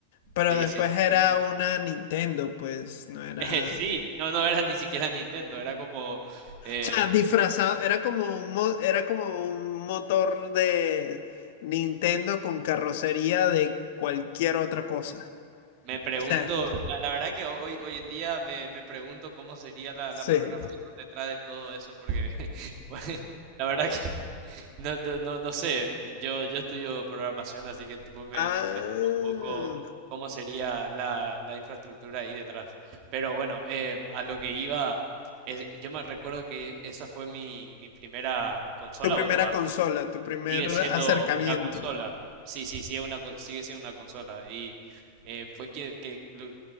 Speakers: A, on the left (about 55°); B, on the right (about 40°).
A: pero
B: sí,
A: después
B: sí,
A: era
B: sí. <laughs>
A: una Nintendo, pues no era.
B: Eh, sí, no, no era ni siquiera Nintendo, era como... em,
A: O sea, disfrazado, era como un, mo- era como un motor de Nintendo con carrocería de cualquier otra cosa.
B: Me pregunto,
A: O sea,
B: la, la verdad que hoy, hoy en día me, me pregunto cómo sería la,
A: sí.
B: la programación detrás de todo eso, porque <laughs> bueno, la verdad que <laughs> no, no, no, no sé, yo, yo estudio programación, así que tipo me,
A: Ah,
B: me impresiona un poco cómo sería la, la infraestructura ahí detrás. Pero bueno, em, a lo que iba, es- yo me recuerdo que esa fue mi, mi primera consola,
A: tu primera
B: bueno, va,
A: consola, tu primer
B: Sigue siendo
A: acercamiento.
B: una consola. Sí, sí, sí, es una, co- sigue siendo una consola. Y eh, fue que, que lo,